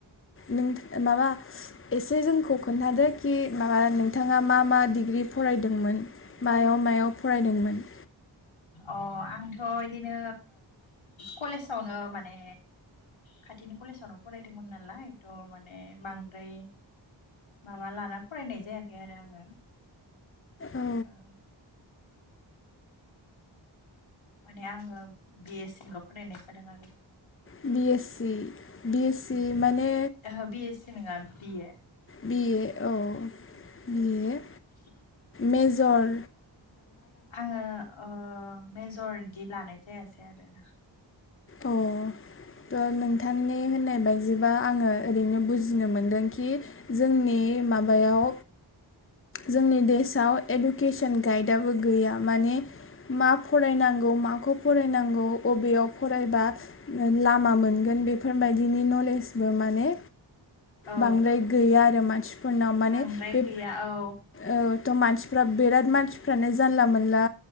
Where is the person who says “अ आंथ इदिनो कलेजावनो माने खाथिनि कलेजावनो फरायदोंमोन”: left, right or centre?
Left